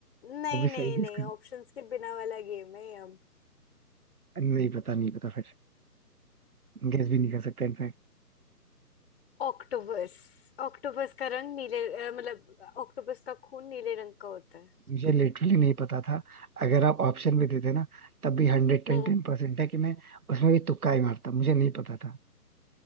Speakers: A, on the left; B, on the right.
A: नहीं
B: वो भी
A: नहीं
B: सही
A: नहीं
B: गेस कर
A: ऑप्शंस के बिना वाला गेम है ये अब
B: नहीं पता नहीं पता फिर गेस भी नहीं कर सकता इनफैक्ट
A: ऑक्टोपस ऑक्टोपस का रंग नीले अ, मतलब ऑक्टोपस का खून नीले रंग का होता है
B: मुझे लिटरली नहीं पता था अगर आप ऑप्शन भी देते ना तब भी हंड्रेड टेन
A: हम्म।
B: टेन परसेंट है कि मैं उसमें भी तुक्का ही मारता मुझे नहीं पता था